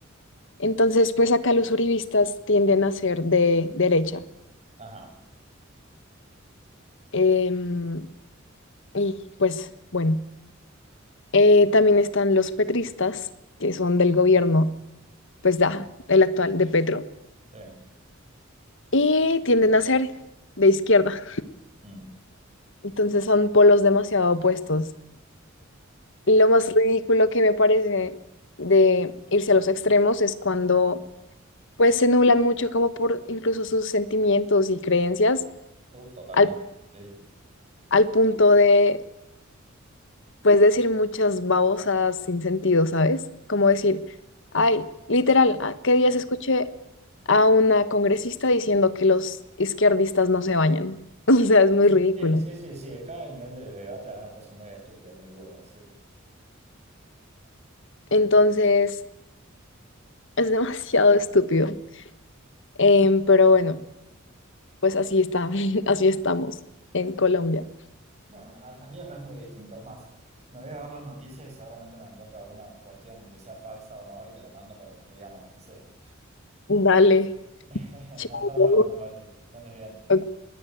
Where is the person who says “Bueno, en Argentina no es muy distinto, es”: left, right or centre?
Right